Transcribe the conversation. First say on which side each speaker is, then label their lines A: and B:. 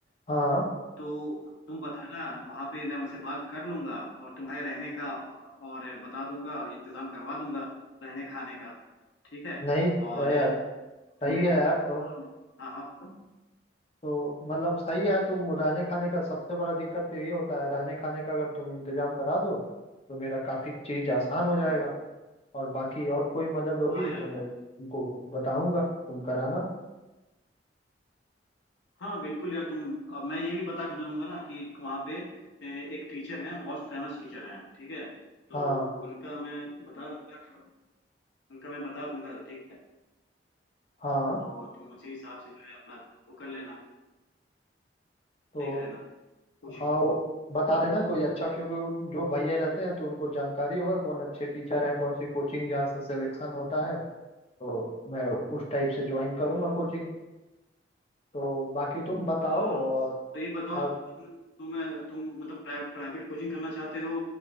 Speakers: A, on the left; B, on the left.
A: हाँ
B: तो तुम बताना वहां पे मैं उनसे बात कर लूंगा और तुम्हारे रहने का और बता दूंगा इंतजाम करवा दूंगा रहने खाने का ठीक है
A: नहीं
B: और
A: है यार सही
B: तुम्हें
A: है यार तो
B: हाँ हाँ हाँ बोलो
A: तो मतलब सही है यार, तुम रहने खाने का सबसे बड़ा दिक्कत यही होता है रहने खाने का अगर तुम इंतजाम करा दो तो मेरा काफी चीज आसान हो जाएगा
B: हम्म
A: और बाकी और कोई मदद होगी
B: हाँ यार
A: तो मैं तुमको बताऊंगा तुम कराना
B: हाँ बिल्कुल यार तुम अब मैं ये भी पता कर लूंगा ना कि एक वहाँ पे ए, एक टीचर हैं बहुत फेमस टीचर हैं ठीक है तो
A: हाँ
B: उनका मैं बता दूंगा उनका मैं बता दूंगा ठीक है
A: हाँ
B: तो तुम उसी हिसाब से जो है अपना वो कर लेना
A: तो
B: देख लेना कोचिंग
A: हाँ
B: का
A: वो बता देना कोई अच्छा क्योंकि वो जो भैया रहते हैं तो उनको जानकारी होगा कौन अच्छे टीचर हैं कौन सी कोचिंग जहाँ से सिलेक्शन होता है तो मैं उस टाइप से ज्वाइन करूंगा
B: हम्म,
A: कोचिंग तो बाकी तुम बताओ
B: हाँ
A: और
B: तो ये बताओ
A: अब
B: तुम तुम तुम मतलब प्राइ, प्राइवेट कोचिंग करना चाहते हो